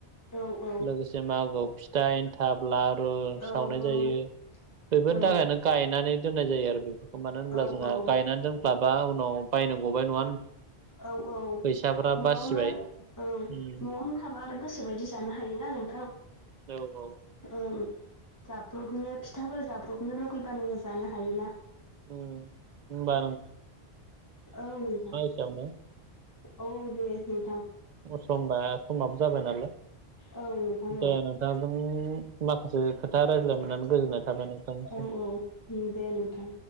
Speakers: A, on the left; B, on the right.
A: औ औ
B: लोगोसे मागोआव फिथा ए थाब लारु
A: औ
B: सावनाय जायो
A: औ
B: बेफोरनि
A: औ
B: थाखायनो गायनानै दोननाय जायो आरो बेफोरखौ मानो होनब्ला
A: औ
B: जोंहा
A: औ
B: गायनानै दोन खाबा उनाव बायनो गबाय नङा होनबा
A: औ औ
B: फैसाफ्रा
A: न'आवनो
B: बासिबाय
A: औ
B: उम
A: न'आवनो थाबा आरो गोसो बायदि जानो हायोना नोंथां
B: औ औ
A: ओं जाब्रबनो फिथाफोर जाब्रबनो लुगैबानो जानो हायोना
B: उम होमबा
A: औ नोंथां
B: जोंनो
A: औ दे नोंथां
B: समबा समाबो जाबाय नालाय
A: औ नोंथां
B: दे
A: औ
B: नोंथांजों माखासे खोथा रायज्लाय मोननानै गोजोननाय थाबाय नोंथांनिसिम
A: औ औ दे नोंथां